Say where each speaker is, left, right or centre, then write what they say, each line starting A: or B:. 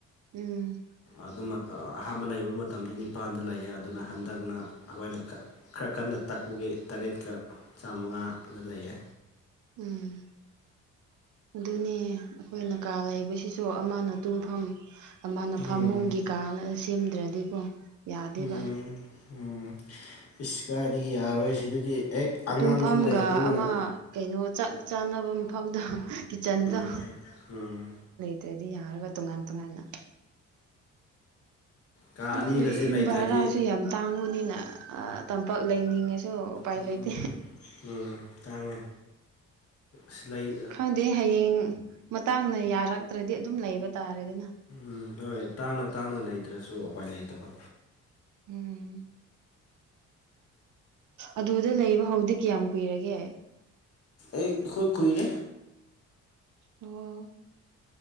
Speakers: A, on the right; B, on the left.
A: ꯎꯝ
B: ꯑꯗꯨ ꯑꯍꯥꯟꯕ ꯂꯩꯕ ꯃꯇꯝꯗ ꯅꯤꯄꯥꯟꯗ ꯂꯩꯌꯦ ꯑꯗꯨꯅ ꯍꯟꯗꯛꯅ ꯑꯩꯈꯣꯏꯅ ꯈꯔ ꯀꯟꯅ ꯇꯥꯛꯄꯒꯤ ꯇꯔꯦꯠꯀ ꯆꯥꯃꯉꯥꯗ ꯂꯩꯌꯦ
A: ꯎꯝ ꯑꯗꯨꯅꯤ ꯑꯩꯈꯣꯏꯅ ꯀꯥ ꯂꯩꯕꯁꯤꯁꯨ ꯑꯃꯅ ꯇꯨꯡꯐꯝ ꯃꯥꯅ
B: ꯎꯝ
A: ꯐꯃꯨꯡꯒꯤ ꯀꯥꯅ ꯁꯦꯝꯗ꯭ꯔꯗꯤꯀꯣ ꯌꯥꯗꯦꯕ
B: ꯎꯝ ꯎꯝ ꯏꯁ ꯀꯥꯏꯗꯒꯤ ꯌꯥꯔꯣꯏ ꯁꯤꯗꯗꯤ ꯍꯦꯛ ꯑꯉꯥꯡꯁꯨ
A: ꯇꯨꯝꯐꯝꯒ
B: ꯂꯩꯕꯅꯤꯅ
A: ꯑꯃ ꯀꯩꯅꯣ ꯆꯥꯛ ꯆꯥꯅꯕ ꯃꯐꯝꯗ ꯀꯤꯠꯆꯟꯗ
B: ꯎꯝ ꯎꯝ
A: ꯑꯗꯨ꯭ꯔꯗꯤ ꯌꯥꯔꯒ ꯇꯣꯉꯥꯟ ꯇꯣꯉꯥꯟꯅ
B: ꯀꯥ
A: ꯑ
B: ꯑꯅꯤꯒꯁꯦ ꯂꯩꯇ꯭ꯔꯗꯤ
A: ꯌꯨꯝ ꯍꯔꯥꯁꯨ ꯌꯥꯝ ꯇꯥꯡꯕꯅꯤꯅ ꯇꯝꯄꯥꯛ ꯂꯩꯅꯤꯡꯉꯁꯨ ꯎꯄꯥꯏ
B: ꯎꯝ
A: ꯂꯩꯇꯦ
B: ꯎꯝ ꯇꯥꯡꯉꯦ ꯁꯤꯂꯥꯏ
A: ꯈꯪꯗꯦ ꯍꯌꯦꯡ ꯃꯇꯥꯡꯅ ꯌꯥꯔꯛꯇ꯭ꯔꯗꯤ ꯑꯗꯨꯝ ꯂꯩꯕ ꯇꯥꯔꯦꯗꯅ
B: ꯎꯝ ꯍꯣꯏ ꯇꯥꯡꯅ ꯇꯥꯡꯅ ꯂꯩꯇ꯭ꯔꯁꯨ ꯎꯄꯥꯏ ꯂꯩꯇꯕ
A: ꯎꯝ ꯑꯗꯨꯗ ꯂꯩꯕ ꯍꯧꯗꯤ ꯀꯌꯥꯝ ꯀꯨꯏꯔꯒꯦ
B: ꯑꯦ ꯍꯣꯏ ꯀꯨꯏꯔꯦ
A: ꯑꯣ